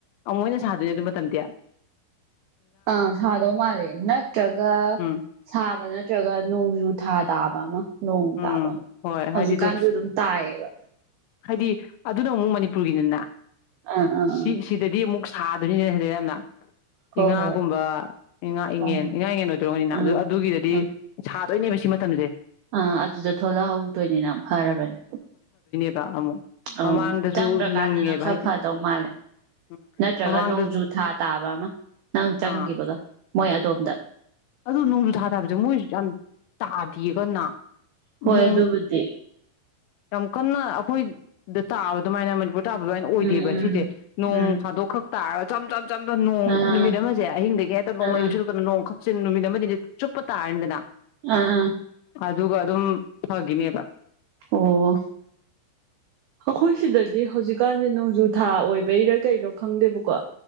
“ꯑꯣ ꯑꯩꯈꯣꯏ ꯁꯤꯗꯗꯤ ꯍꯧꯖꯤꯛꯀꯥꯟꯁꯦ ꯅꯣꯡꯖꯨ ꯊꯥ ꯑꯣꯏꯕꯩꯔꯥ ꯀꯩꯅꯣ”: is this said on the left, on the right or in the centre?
Right